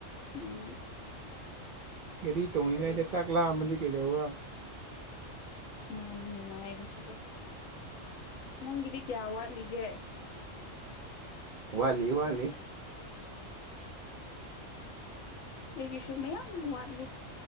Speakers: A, on the left; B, on the right.
A: ꯎꯝ
B: ꯒꯔꯤ ꯇꯣꯡꯉꯤꯉꯩꯗ
A: ꯇꯧꯔꯦ
B: ꯆꯥꯛ ꯂꯥꯝꯃꯗꯤ ꯀꯩꯗꯧꯕ
A: ꯏꯁ ꯃꯥꯅ ꯅꯨꯡꯉꯥꯏꯕꯁꯨꯗꯣ ꯅꯪꯒꯤꯗꯤ ꯀꯌꯥ ꯋꯥꯠꯂꯤꯒꯦ
B: <inaudible> ꯋꯥꯠꯂꯤ-ꯋꯥꯠꯂꯤ꯫
A: ꯑꯩꯒꯤꯁꯨ ꯃꯌꯥꯝ ꯋꯥꯠꯂꯤ